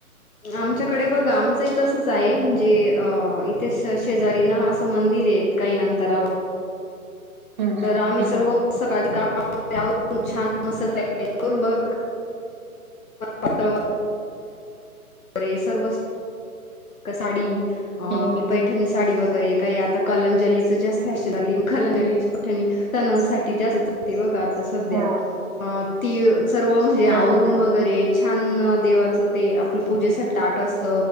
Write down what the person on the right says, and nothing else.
हम्म
हम्म
हम्म
हा
हा हा